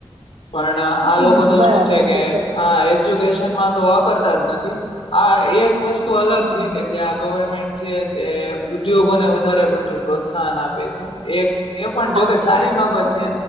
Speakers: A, on the left; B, on the right.
A: પણ આ
B: હમ
A: લોકો તો
B: બરાબર
A: શું છે કે?,
B: તો
A: આ એજ્યુકેશનમાં તો વાપરતા જ નથી. આ એક વસ્તુ અલગ.,
B: હમ
A: છે કે જે આ ગવર્મેન્ટ છે. તે ઉદ્યોગોને વધારે પડતું પ્રોત્સાહન આપે છે. એક, એ પણ
B: હા
A: જોકે સારી બાબત છે.